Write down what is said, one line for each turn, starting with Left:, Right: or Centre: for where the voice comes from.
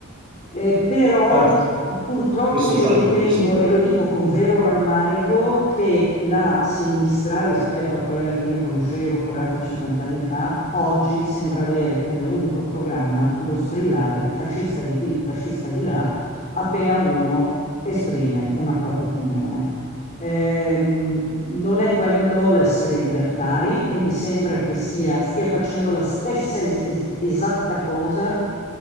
Left: Eh, però
Right: Certo,
Left: purtroppo
Right: questo
Left: io
Right: fa
Left: ritengo,
Right: il populismo.
Left: e lo dico con vero rammarico, che la sinistra rispetto a quella che io conoscevo 40-50 anni fa, oggi sembra avere come unico programma lo strillare fascista di qui, fascista di là appena uno esprime una propria opinione. Ehm, non è quello l'essere libertari e mi sembra che sia- stia facendo la stessa es- es- esatta cosa